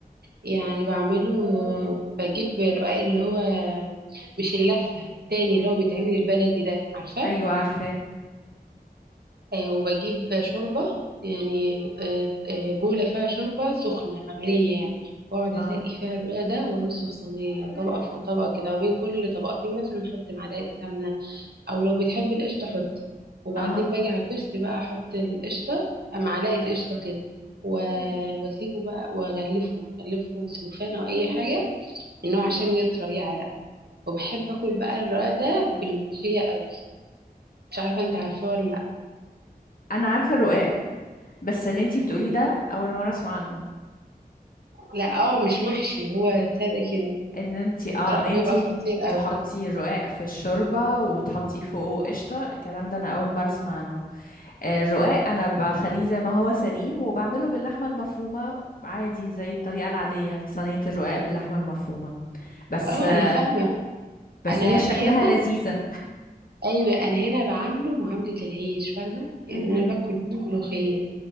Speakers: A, on the right; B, on the left.
A: يعني بعمله بجيب الرقاق اللي هو مش اللفة التاني اللي هو بيتعمل البلدي ده عارفاه
B: ايوه عارفاه
A: آه، وبجيب شوربة يعني آه، آه، بولة فيها شوربة سخنة مغلية يعني وأقعد
B: اه
A: أسقي فيها الرق ده وأرصه في صينية طبقة فوق طبقة كده وبين كل طبقتين مثلا أحط معلقة سمنة أو لو بتحب القشطة حط وبعدين
B: اها
A: باجي على البرس بقى أحط القشطة معلقة قشطة كده و- وأسيبه بقى وأغلفه أغلفه بسلوفان أو أي حاجة إنه عشان يطرى يعرق وبحب آكل بقى الرق ده بالملوخية قوي مش عارفة أنت عارفاه ولا لأ.
B: انا عارفة الرقاق بس اللي انتي بتقوليه ده اول مرة اسمع عنه
A: لا اه مش محشي هو ساده كده
B: ان انتي
A: الصراحه
B: اه ان انتي
A: بيبقى خطير قوي
B: تحطي الرقاق في الشوربة وتحطي فوقه قشطة الكلام ده انا اول مرة اسمع عنه آه، الرقاق انا بخليه زي ما هو سليم وبعمله باللحمه المفرومه عادي زي الطريقه العاديه صينيه الرقاق باللحمه المفرومه بس
A: اه
B: آه،
A: انا فاهمه
B: بس
A: انا
B: هي شكلها
A: هنا
B: لذيذه
A: ايوه انا هنا بعامله معامله العيش فاهمه يعني
B: امم
A: انا باكل بيه ملوخيه